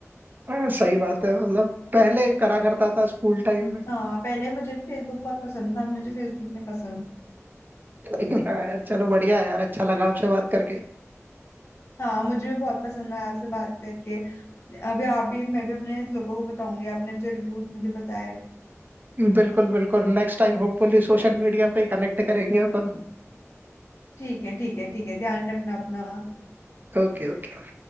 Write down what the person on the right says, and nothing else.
हाँ सही बात है मतलब पहले करा करता था स्कूल टाइम में
<laughs> यार चलो बढ़िया है यार अच्छा लगा आपसे बात करके
बिल्कुल बिल्कुल next time hopefully social media पे ही कनेक्ट करेंगे अपन
Okay okay